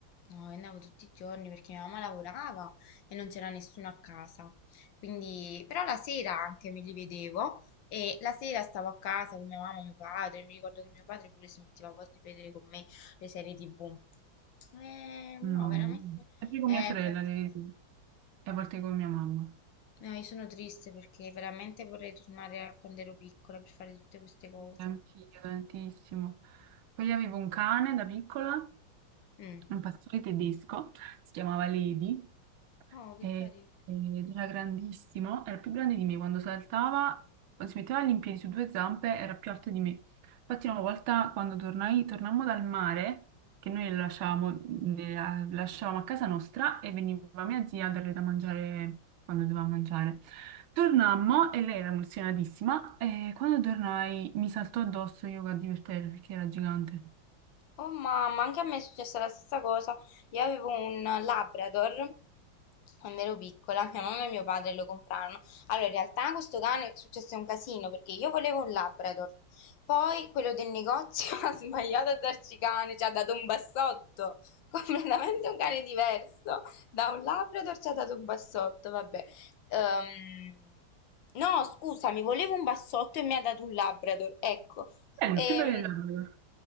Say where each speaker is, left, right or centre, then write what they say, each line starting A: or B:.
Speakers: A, on the left; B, on the right.
A: No, io andavo tutti i giorni perché mia mamma lavorava e non c'era nessuno a casa. Quindi, però la sera anche me li vedevo e la sera stavo a casa con mia mamma e mio padre. Mi ricordo che mio padre pure si metteva a volte a vedere con me le serie TV. Eh, no,
B: no.
A: veramente.
B: Sempre con
A: Eh,
B: mia sorella,
A: infatti,
B: le-
A: sì.
B: vedevo, e a volte con mia mamma.
A: No, io sono triste perché veramente vorrei tornare a quando ero piccola per fare tutte queste cose.
B: Sì, Anch'io tantissimo. Poi avevo un cane da piccola,
A: Mm.
B: un pastore tedesco, si chiamava Levi,
A: Oh, che
B: e-
A: carino.
B: ed era grandissimo, era più grande di me, quando saltava, quando si metteva in piedi su due zampe, era più alto di me. Infatti una volta quando tornai, tornammo dal mare, che noi lo lasciavamo, ne- la- lasciavamo a casa nostra e veniva mia zia a darle da mangiare quando doveva mangiare. Tornammo e lei era emozionatissima e quando tornai mi saltò addosso Yoga di per terra perché era gigante.
A: Oh mamma, anche a me è successa la stessa cosa. Io avevo un Labrador quando ero piccola, mia mamma e mio padre lo comprarono. Allora, in realtà questo cane successe un casino perché io volevo un Labrador. Poi quello del negozio <laughs> ha sbagliato a darci cane, ci ha dato un bassotto, <laughs> completamente un cane diverso. Da un Labrador ci ha dato un bassotto, vabbè. Ehm, no, scusami, volevo un bassotto e mi ha dato un Labrador, ecco.
B: Bello,
A: E,
B: il più bello dell'anno.